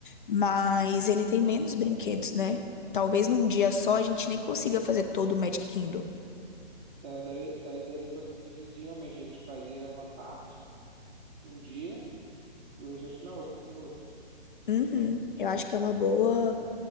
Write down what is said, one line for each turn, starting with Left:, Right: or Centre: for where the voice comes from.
Left: mas ele tem menos brinquedos, né? Talvez num dia só a gente nem consiga fazer todo o Magic Kingdom.
Right: É, daí, daí daria pra dividir realmente. A gente fazia uma parte num dia e o restante na outro, no outro.
Left: Uhum, eu acho que é uma boa,